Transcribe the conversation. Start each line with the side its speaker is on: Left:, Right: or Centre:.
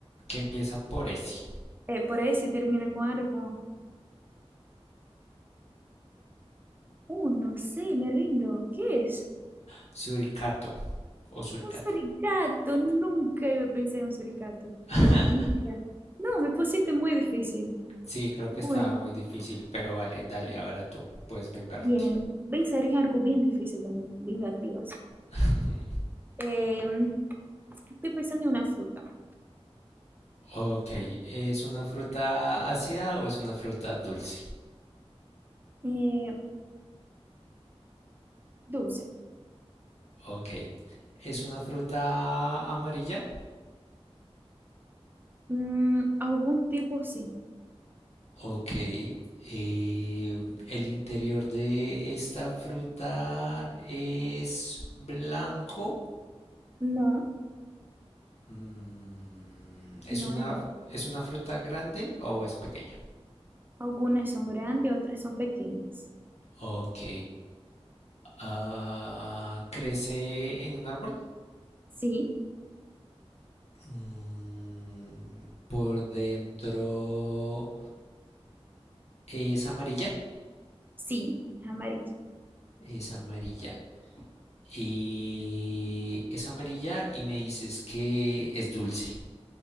Left: que empieza por S.
Right: Eh, por S y termina con A o con O. Uh, no sé, me rindo. ¿Qué es?
Left: Suricato o suricata.
Right: Un suricato. Nunca iba a pensar en un suricato.
Left: <laughs>
Right: Nunca. No, me pusiste muy difícil.
Left: Sí, creo
Right: Muy
Left: que estaba muy difícil, pero vale, dale, ahora tú puedes vengarte.
Right: bien. Pensar en algo bien difícil también. Vingativas.
Left: <laughs>
Right: Eh, estoy pensando en una fruta.
Left: Ok, ¿es una fruta ácida o es una fruta dulce?
Right: Eh, dulce.
Left: Ok, ¿es una fruta amarilla?
Right: Mm, algún tipo sí.
Left: Ok, eh, el interior de esta fruta es blanco.
Right: No,
Left: Mm, ¿es
Right: no
Left: una,
Right: es blanco.
Left: es una fruta grande o es pequeña?
Right: Algunas son grandes, otras son pequeñas.
Left: Ok, ah, ¿crece en un árbol?
Right: Sí,
Left: Mm, por dentro es amarilla.
Right: sí, es amarillo.
Left: Es amarilla. Y es amarilla y me dices que es dulce.